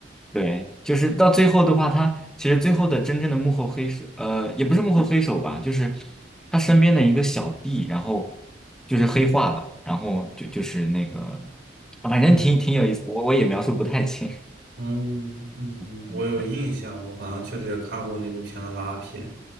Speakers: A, in the centre; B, on the right.
A: 对，就是到最后的话，他其实最后的真正的幕后黑手，呃，也不是幕后黑手吧，就是他身边的一个小弟，然后就是黑化了，然后就就是那个，反正挺挺有意思，
B: 嗯哼。
A: 我我也描述不太清。
B: 嗯嗯，
A: <laughs>
B: 我有印象，
A: 对，
B: 我好像确实也看过那部片的拉片。